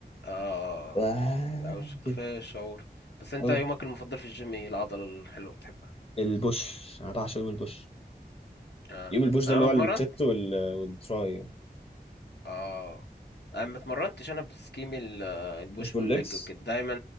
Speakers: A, on the left; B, on the left.
A: اه
B: آه
A: لا وش
B: كده
A: كفايه شعور بس انت
B: اه
A: يومك المفضل في الجيم ايه العضله الحلوه بتحبها
B: البوش انا بعشق يوم البوش
A: اه
B: يوم البوش ده
A: انا
B: اللي هو
A: بتمرن
B: الشيست وال... والتراي
A: اه انا ما اتمرنتش انا بسكيم ال- البوش
B: مش بالليجز
A: والليج وكده دايما